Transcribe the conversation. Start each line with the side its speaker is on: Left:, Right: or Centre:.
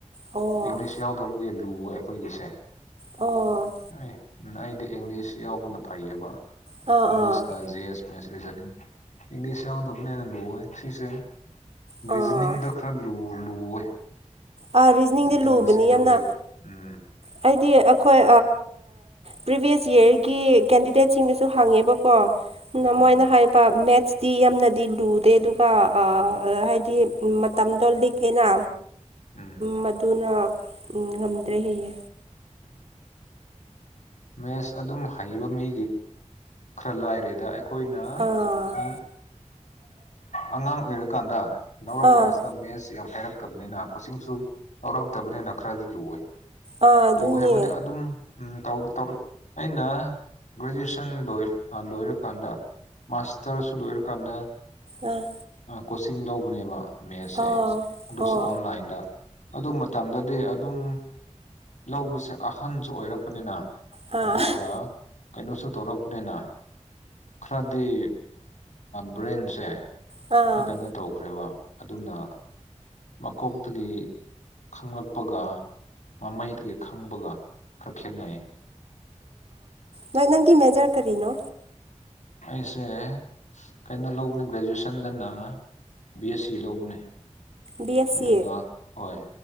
Right: ꯑꯣ
Left: ꯏꯪꯂꯤꯁ ꯌꯥꯎꯗꯕꯒꯤ ꯂꯨꯕ ꯑꯩꯈꯣꯏꯒꯤꯁꯦ
Right: ꯑꯣ
Left: ꯍ ꯑꯩꯗꯤ ꯏꯪꯂꯤꯁ ꯌꯥꯎꯕꯅ ꯐꯩꯌꯦꯕ
Right: ꯑꯥ
Left: ꯏꯪꯁ
Right: ꯑꯥ
Left: ꯀꯁꯁꯖ ꯏꯪꯁ ꯌꯥ ꯂꯣꯦ ꯁꯤꯁꯦ
Right: ꯑꯥ
Left: ꯔꯤꯖꯅꯤꯡꯗ ꯈꯔ ꯂꯨꯋꯦ
Right: ꯑꯥ ꯔꯤꯖꯅꯤꯡꯗꯤ
Left: ꯀꯩꯅꯣꯒꯤꯁꯦ
Right: ꯂꯨꯕꯅꯤ
Left: ꯔꯦꯜꯋꯦꯒꯤ
Right: ꯌꯥꯝꯅ
Left: ꯎꯝ
Right: ꯍꯥꯏꯗꯤ ꯑꯩꯈꯣꯏ ꯄ꯭ꯔꯤꯚꯁ ꯔ ꯀꯦꯟꯗꯤꯗꯦꯠ ꯁꯤꯡꯅꯁꯨ ꯍꯪꯉꯦꯕꯀꯣ
Left: ꯎꯝ
Right: ꯃꯣꯏꯅ ꯍꯥꯏꯔꯤꯕ ꯃꯦꯠ ꯗꯤ ꯌꯥꯝꯅꯗꯤ ꯂꯨꯗꯦ ꯑꯗꯨꯒ ꯍꯥꯏꯗꯤ ꯃꯇꯝꯗꯣ ꯂꯤꯛꯑꯦꯅ
Left: ꯎꯝ
Right: ꯃꯗꯨꯅ ꯉꯝꯗ꯭ꯔꯦꯍꯦꯑꯦ
Left: ꯃ ꯑꯗꯨ ꯍꯥꯏ ꯃꯤ ꯈ ꯦꯗ ꯑꯩꯈꯣꯏꯅ
Right: ꯑꯥ
Left: ꯎ ꯑꯉꯥꯡ ꯑꯣꯏꯔꯀꯥꯟꯗ ꯂꯧꯎꯔꯛ
Right: ꯑꯥ
Left: ꯀ꯭ꯂꯥꯁꯇ ꯃꯦꯠꯁ ꯌꯥꯝ ꯍꯥꯏꯔꯛꯇꯕꯅꯤꯅ ꯀꯣꯆꯤꯡꯁꯨ ꯂꯧꯔꯛꯇꯕꯅꯤꯅ ꯈꯔꯗꯤ ꯂꯨꯋꯦ
Right: ꯑꯥ ꯑꯗꯨꯅꯦ
Left: ꯂꯨ ꯍꯥꯏꯕꯗꯤ ꯑꯗꯨꯝ ꯇꯧ ꯑꯩꯅ ꯒ꯭ꯔꯦꯖꯨꯑꯦꯁꯟ ꯂꯣꯏ ꯂꯣꯏꯔꯀꯥꯟꯗ ꯃꯥꯁꯇꯔꯁꯨ ꯂꯣꯏꯔꯀꯥꯟꯗ
Right: ꯑꯥ
Left: ꯀꯣꯆꯤꯡ ꯂꯧꯕꯅꯦꯕ ꯃꯦꯁꯦ
Right: ꯑꯣ
Left: ꯑꯗꯨꯁꯨ
Right: ꯑꯣ
Left: ꯑꯣꯟꯂꯥꯏꯟꯗ ꯑꯗꯨ ꯃꯇꯝꯗꯗꯤ ꯑꯗꯨꯝ ꯂꯧꯕꯁꯦ ꯑꯍꯟꯁꯨ ꯑꯣꯏꯔꯛꯄꯅꯤꯅ
Right: ꯑꯥ
Left: ꯑꯗꯨꯒ ꯀꯩꯅꯣꯁꯨ ꯇꯧꯔꯛꯄꯅꯤꯅ ꯈꯔꯗꯤ ꯕ꯭ꯔꯦꯟꯁꯦ
Right: ꯑꯥ
Left: ꯀꯩꯅꯣ ꯇꯧꯈ꯭ꯔꯦꯕ ꯑꯗꯨꯅ ꯃꯀꯣꯛꯇꯒꯤ ꯈꯪꯂꯛꯄꯒ ꯃꯃꯩ ꯇꯒ ꯈꯪꯕꯒ ꯈꯔ ꯈꯦꯠꯅꯩ
Right: ꯅꯣꯏ ꯅꯪꯒꯤ ꯃꯦꯖꯔ ꯀꯔꯤꯅꯣ
Left: ꯑꯩꯁꯦ ꯀꯩꯅꯣ ꯂꯧꯕꯅꯤ ꯒ꯭ꯔꯦꯖꯨꯑꯦꯁꯟꯗꯅ ꯕꯤ ꯑꯦꯁ ꯁꯤ ꯂꯧꯕꯅꯦ
Right: ꯕꯤ ꯑꯦꯁ ꯁꯤ
Left: ꯑꯗꯨꯒ ꯍꯣꯏ